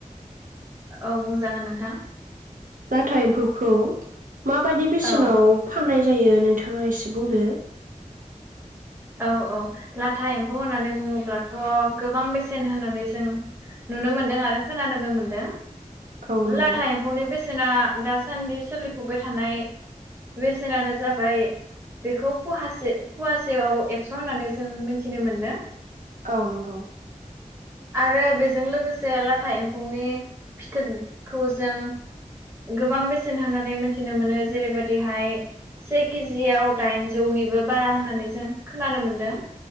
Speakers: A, on the right; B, on the right.
A: औ बुंजागोन नोंथां।
B: लाथा एम्फौखौ माबायदि बेसेनाव
A: औ
B: फाननाय जायो नोंथाङा एसे बुंदो?
A: औ औ लाथा एम्फौ होननानै बुङोब्लाथ' गोबां बेसेन होननानै जों नुनो मोनदों आरो खोनानोबो मोनदों।
B: औ नंगौ
A: लाथा एम्फौनि बेसे बेसेना दासान्दि सोलिफुबाय थानाय बेसेनानो जाबाय बेखौ फवासे फवासेयाव एक्स' होननानै जों मिथिनो मोनदों।
B: औ नंगौ।
A: आरो बेजों लोगोसे लाथा एम्फौनि फिथोबखौ जों गोबां बेसेन होननानै मिथिनो मोनो जेरैबायदिहाय से के जि याव दाइनजौनिबो बारा होननानै जों खोनानो मोन्दों।